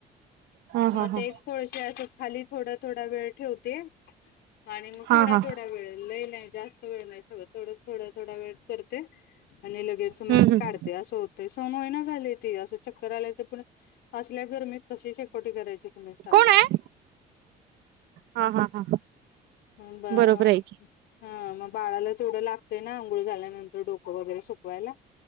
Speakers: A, on the right; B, on the left.
A: हा
B: मग
A: हा हा
B: तेच कोळशे अस खाली थोडा थोडा वेळ ठेवते. आणि मग
A: हा
B: थोड्या
A: हा
B: थोड्या वेळ लई नाही. जास्त वेळ नाही ठेवत थोड थोडा वेळ कर करते आणि लगेच
A: हम्म
B: मग
A: हम्म
B: काढते असं होत सव्वा महिना झाल्ये ते अस च् करायला येत पण असल्या गरमीत कस कुठे करायची तुम्हीच सांगा.
A: कोण आहे? हा हा
B: <unintelligible>
A: हा बरोबर आहे की
B: हा मग बाळाला तेवढं लागतंय ना. आंघोळ झाल्यानंतर डोक वैगेरे सुक व्हायला